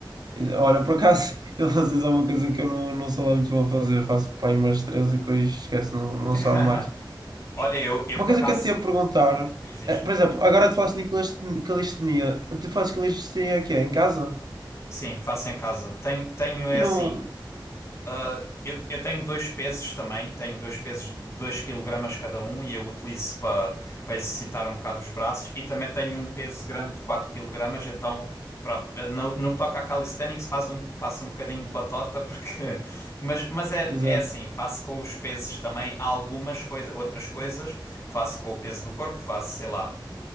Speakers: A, on the right; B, on the left.
A: Olha, por acaso, <laughs> elevações é uma coisa que eu não, não sou lá muito bom a fazer. Faço para aí umas três e depois esquece, não, não
B: <laughs>
A: sobe mais.
B: Olha, eu, eu
A: Uma
B: por
A: coisa
B: acaso.
A: que eu te ia perguntar,
B: Diz, diz.
A: é, por exemplo, agora tu falaste de calistenia. Tu fazes calistenia aqui, em casa?
B: Sim, faço em casa. Tenho, tenho é
A: E
B: assim.
A: não.
B: Ah, eu, eu tenho dois pesos também, tenho dois pesos de 2 kg cada um e eu utilizo para para exercitar um bocado os braços e também tenho um peso grande de 4 kg, então pronto, ah, no, no que toca a calisthenics faz um, faço um bocadinho de batota porque <laughs> mas, mas é,
A: Exato.
B: é assim, faço com os pesos também algumas coisas, outras coisas faço com o peso do corpo, faço sei lá